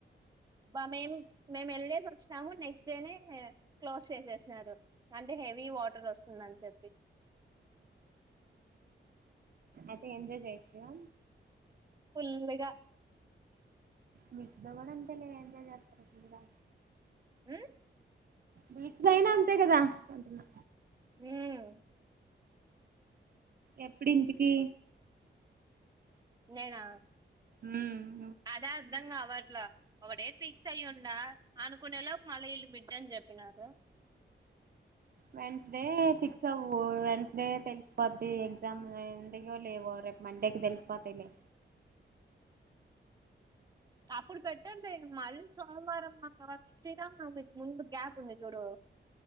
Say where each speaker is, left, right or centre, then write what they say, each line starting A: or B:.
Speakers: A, on the right; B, on the right.
A: బా మేం మేము వెల్లేసి వచ్చినాము, నెక్స్ట్ డేనే క్లోజ్ చేసేసినారు అంటే హెవీ వాటర్ వస్తుంది అని చెప్పి.
B: అయితే ఎంజాయ్ చేయొచ్చుగా
A: ఫుల్లు గా
B: బీచ్లోగూడ అంతేలే ఎంజాయ్ చేస్తరు ఫుల్లుగా
A: మ్మ్
B: బీచ్ లో అయినా అంతే కదా అంటున్నా
A: హ్మ్
B: ఎప్పుడి ఇంటికి
A: నేనా
B: మ్మ్
A: అదా అర్ధం కావట్లా ఒకడే ఫిక్స్ అయిండా, అనుకునేళ్ళ మళ్ళ ఇల్లు బిడ్డ అని చెప్పినారు
B: వెన్స్డే ఫిక్స్ అవ్వు, వెన్స్డే తెలిసిపోద్ది ఎగ్జామ్ ఎందుో లేవో రేపు మండేకి తెలిసిపోతే లే
A: అప్పుడు పెట్టానిలే మళ్ సోమవారం అంగ శ్రీరామ్నవమికి ముందు గ్యాప్ ఉంది చూడు